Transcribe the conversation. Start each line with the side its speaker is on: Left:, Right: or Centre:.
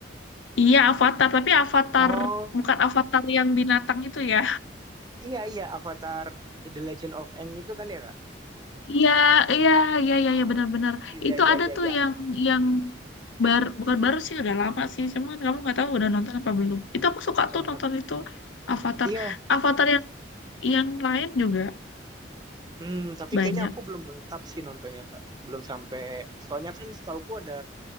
Left: Iya, Avatar, tapi Avatar
Right: Oh,
Left: bukan Avatar yang binatang itu ya.
Right: iya iya Avatar The Legend of Aang itu kan ya, Kak?
Left: Iya, iya, iya, iya,
Right: Ah,
Left: iya benar-benar.
Right: iya iya
Left: Itu
Right: iya
Left: ada
Right: iya.
Left: tuh
Right: iya.
Left: yang yang baru bukan baru sih udah lama sih. Cuman kan kamu nggak tahu udah nonton apa belum. Itu aku suka
Right: Yang
Left: tuh
Right: mana
Left: nonton
Right: tuh, Kak?
Left: itu Avatar.
Right: Iya.
Left: Avatar yang yang lain juga
Right: Hmm, tapi
Left: banyak.
Right: kayaknya aku belum lengkap sih nontonnya, Kak. Belum sampai. Soalnya kan setauku ada